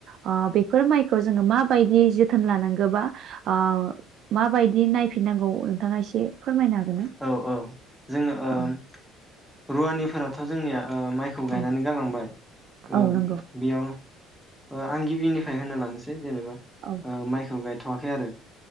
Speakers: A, on the right; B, in the centre.
A: अ बेफोर माइखौ जोङो माबायदियै जोथोन लानांगोबा ओ माबायदि नाय फिननांगौ नोंथाङा एसे फोरमायनो हागोन ना?
B: औ औ जोङो ओम
A: औ
B: रुवानिफोराथ' जोंनिया ओ माइखौ गायनानै
A: औ
B: गालांबाय
A: औ
B: ओ
A: नंगौ
B: बेयाव ओ आंगि बि निफ्राय होनो लानोसै जेनेबा
A: औ
B: ओ माइखौ गाय थ'वाखै आरो